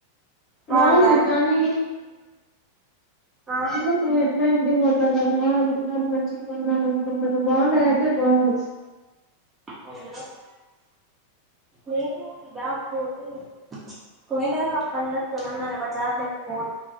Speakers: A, on the right (about 15°); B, on the left (about 30°).
A: బాగుందా
B: బాగుంది కానీ
A: ఆ
B: ఎ పో ఎట్డ అయ్యింది కదా ఇంటికాన మంచిది కొన్నాలనుకుంటున్న బాగున్నాయ్తే బోన్నా
A: అవును, నేను ఇలా హోటల్ ఒకవేళ పండకేమన్నా బజార్లే కోల్